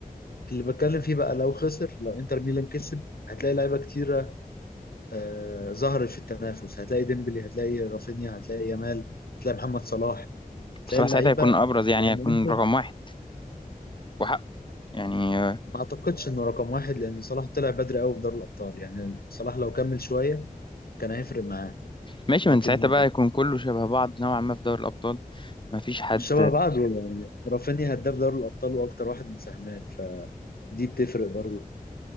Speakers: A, on the left (about 85°); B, on the left (about 30°).
A: اللي بتكلم فيه بقى لو خسر لو انتر ميلان كسب هتلاقي لعيبه كتير آه، ظهرت في التنافس هتلاقي ديمبلي هتلاقي رافينيا هتلاقي يامال هتلاقي محمد صلاح
B: بصراحة
A: هتلاقي اللعيبه
B: ساعتها هيكون أبرز يعني
A: لان
B: هيكون
A: انت
B: رقم واحد وحقه يعني آه،
A: ما اعتقدش انه رقم واحد لان صلاح طلع بدري قوي في دوري الابطال يعني صلاح لو كمل شويه كان هيفرق معاه
B: ماشي
A: لكن
B: من ساعتها بقى يكون كله شبه بعض نوعا ما في دوري الأبطال ما فيش حد
A: مش شبه بعض يعني رافينيا هداف دوري الابطال واكتر واحد مساهمات فدي بتفرق برضو